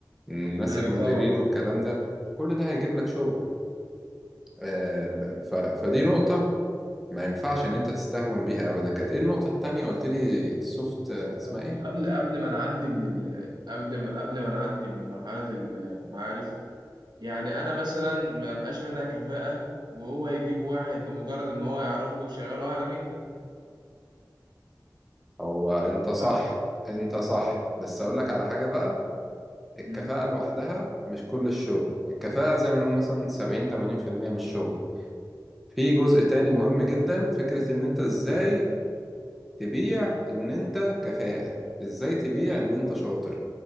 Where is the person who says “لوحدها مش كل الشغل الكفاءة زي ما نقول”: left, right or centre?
Centre